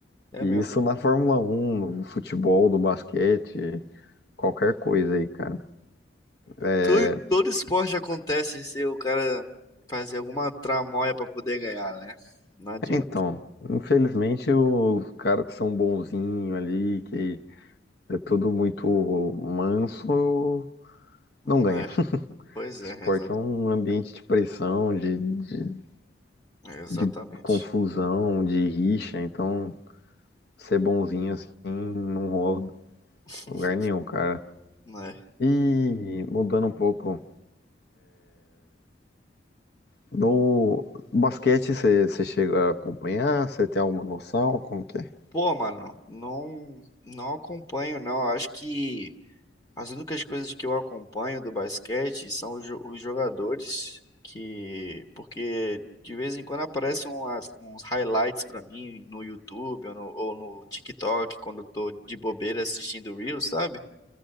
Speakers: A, on the left; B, on the left.
A: é
B: E
A: mesmo.
B: isso na Fórmula Um, no futebol, no basquete, qualquer coisa aí, cara. É,
A: Todo, todo esporte acontece se o cara fazer alguma tramóia pra poder ganhar, né? Não adianta.
B: Então, infelizmente, os caras que são bonzinhos ali, que é tudo muito manso,
A: Hum,
B: não ganha.
A: É, pois
B: Esporte
A: é, exata-
B: é um ambiente de pressão, de, de,
A: exatamente.
B: de confusão, de rixa, então ser bonzinho assim não rola
A: <laughs>
B: em lugar nenhum, cara.
A: Né?
B: E mudando um pouco, no basquete você você chega a acompanhar? Você tem alguma noção? Como que é?
A: Pô, mano, não, não acompanho, não. Eu Acho que as únicas coisas que eu acompanho do basquete são os, jo- os jogadores que, porque de vez em quando aparecem umas- uns highlights pra mim no YouTube ou no, ou no TikTok quando eu tô de bobeira assistindo Reels, sabe?